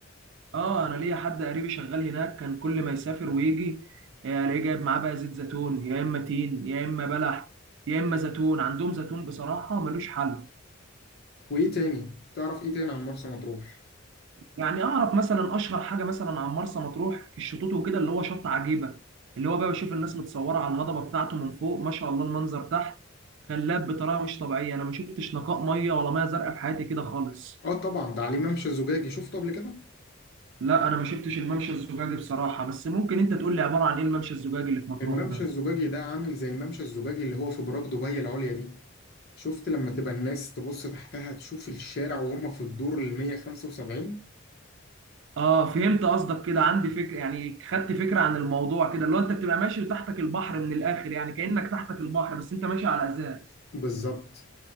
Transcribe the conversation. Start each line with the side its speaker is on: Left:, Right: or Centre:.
Right: اه انا ليا حد قريبي شغال هناك كان كل ما يسافر ويجي آه، الاقيه جايب معاه بقى زيت زيتون يا اما تين يا اما بلح يا اما زيتون عندهم زيتون بصراحه ملوش حل
Left: وإيه تاني؟ تعرف إيه تاني عن مرسى مطروح؟
Right: يعني اعرف مثلا اشهر حاجه مثلا عن مرسى مطروح في الشطوط وكده اللي هو شط عجيبه اللي هو بقى بشوف الناس متصوره على الهضبه بتاعته من فوق ما شاء الله المنظر تحت خلاب بطريقه مش طبيعيه انا ما شفتش نقاء ميه ولا ميه زرقاء في حياتي كده خالص
Left: آه طبعا ده عليه ممشى الزجاجي شفته قبل كده؟
Right: لا انا ما شفتش الممشى الزجاجي بصراحه بس ممكن انت تقول لي عباره عن ايه الممشى الزجاجي اللي في مطروح
Left: الممشى
Right: ده
Left: الزجاجي ده عامل زي الممشى الزجاجي اللي هو في براك دبي العليا دي شفت لما تبقى الناس تبص تحتها تشوف الشارع وهم في الدور ال 175
Right: اه فهمت قصدك كده عندي فكره يعني خدت فكره عن الموضوع كده اللي هو انت بتبقى ماشي وتحتك البحر من الاخر يعني كانك تحتك البحر بس انت ماشي على ازاز
Left: بالظبط